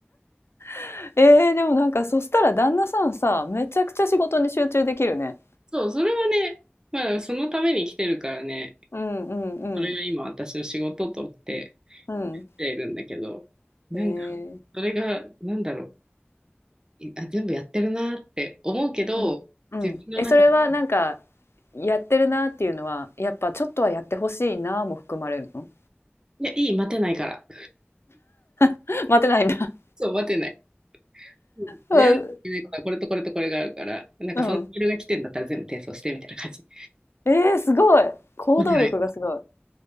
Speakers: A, on the left (about 85°); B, on the right (about 20°).
A: <laughs> えー、でもなんかそしたら旦那さんさ、めちゃくちゃ仕事に集中できるね。
B: そう、それはね、まあ、そのために来てるからね、
A: うんうんうん。
B: それが今私の仕事と思って
A: うん。
B: 来ているんだけど、なんか、
A: へえ。
B: それが、なんだろう、いあ、全部やってるなって思うけど、
A: うん。うん。
B: 自分の中で、
A: え、それはなんか、やってるなっていうのは、やっぱちょっとはやってほしいなも含まれるの
B: いや、いい、待てないから。
A: <laughs> 待てないんだ。
B: そう、待てない。うん。
A: うん
B: やらなきゃいけないことはこれとこれとこれがあるから、なんかそのメールが来てんだったら全部転送してみたいな感じ。
A: うん。えー、すごい。行動力がすごい。
B: 待てない。